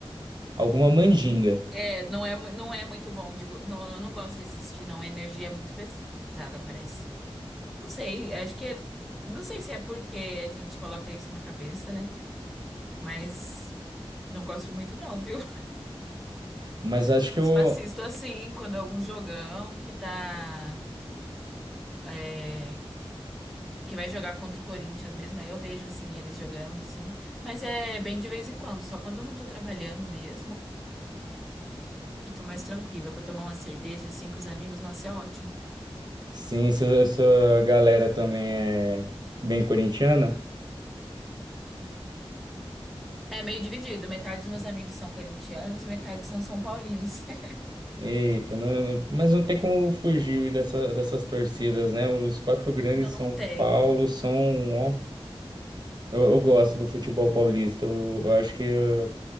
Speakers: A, on the right; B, in the centre.
A: alguma mandinga.
B: É, não é, mu- não é muito bom. Digo, não, eu não gosto de assistir, não. A energia é muito pesada, parece. Não sei, acho que. é- Não sei se é porque a gente coloca isso na cabeça, né? Mas não gosto muito, não, viu?
A: Mas
B: <laughs>
A: acho que eu...
B: Só assisto assim, quando é algum jogão que tá. é, que vai jogar contra o Corinthians mesmo, aí eu vejo assim, eles jogando, assim. Mas é bem de vez em quando, só quando eu não tô trabalhando mesmo. E tô mais tranquila pra tomar uma cerveja assim com os amigos, nossa, é ótimo.
A: Sim, essa essa galera também é bem corintiana.
B: É meio dividido, metade dos meus amigos são corintianos e metade são são paulinos. <laughs>
A: Eita, não- não- mas não tem como fugir dessa, dessas torcidas, né? Os quatro grandes
B: Não
A: São
B: tem.
A: Paulo são, ó, eu, eu gosto do futebol paulista. Eu, eu acho que eh,